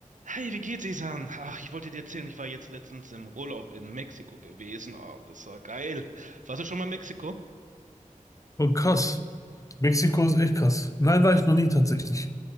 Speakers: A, on the right; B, on the left.
A: Hi, wie geht's, Isan? Ach, ich wollte dir erzählen, ich war jetzt letztens im Urlaub in Mexiko gewesen. Ah, und das war geil. Warst du schon mal in Mexiko?
B: Oh, krass. Mexiko ist echt krass. Nein, war
A: Ah,
B: ich noch nie tatsächlich.